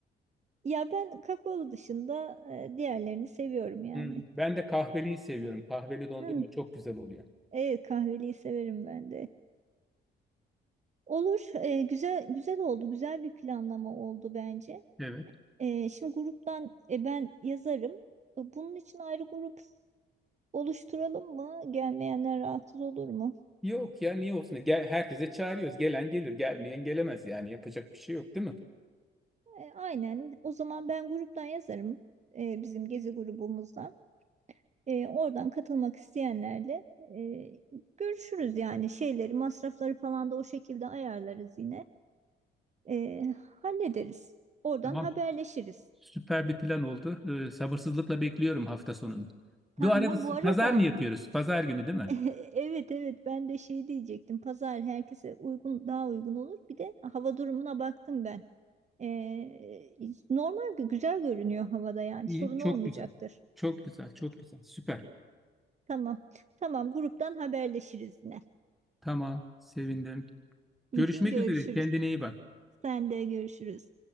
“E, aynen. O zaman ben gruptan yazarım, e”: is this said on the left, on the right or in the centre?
Right